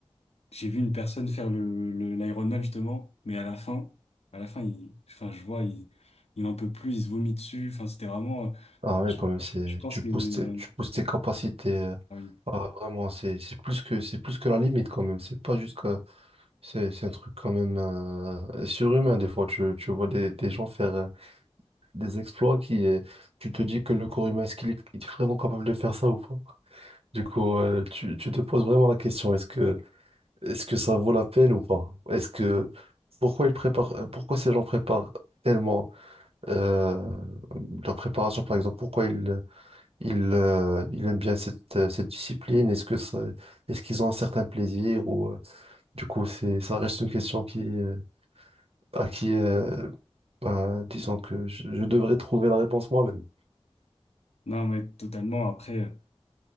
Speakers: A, on the left; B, on the right.
A: J'ai vu une personne faire le, le, l'Ironman justement, mais à la fin, à la fin, il, enfin, je vois, il, il en peut plus, il se vomit dessus. Enfin, c'était vraiment,
B: Ah ouais,
A: je,
B: quand même,
A: je,
B: c'est,
A: je pense
B: tu
A: que,
B: pousses
A: euh,
B: tes, tu pousses tes capacités. euh,
A: ah oui.
B: ah, vraiment, c'est, c'est plus que, c'est plus que la limite quand même. C'est pas juste que, c'est, c'est un truc quand même euh, surhumain. Des fois, tu, tu vois des, des gens faire euh, des exploits qui, euh, tu te dis que le corps humain, est-ce qu'il est, il est vraiment capable de faire ça ou pas? Du coup, euh, tu, tu te poses vraiment la question, est-ce que, est-ce que ça vaut la peine ou pas? Est-ce que, pourquoi ils préparent, pourquoi ces gens préparent tellement euh, leur préparation, par exemple, pourquoi ils il euh, ils aiment bien cette, euh, cette discipline. Est-ce que ça, est-ce qu'ils ont un certain plaisir ou euh, du coup c'est ça reste une question qui euh, à qui euh, bah, disons que je, je devrais trouver la réponse moi-même.
A: Non, mais totalement. Après, euh,